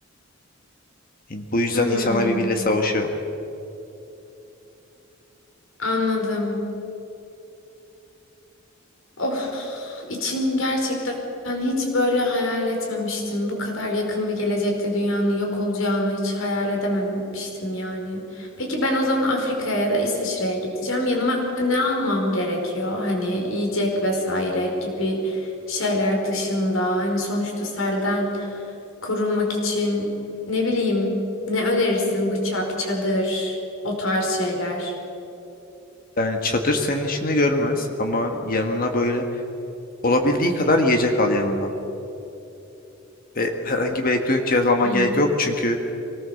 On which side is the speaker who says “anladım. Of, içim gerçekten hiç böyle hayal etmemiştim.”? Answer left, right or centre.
Left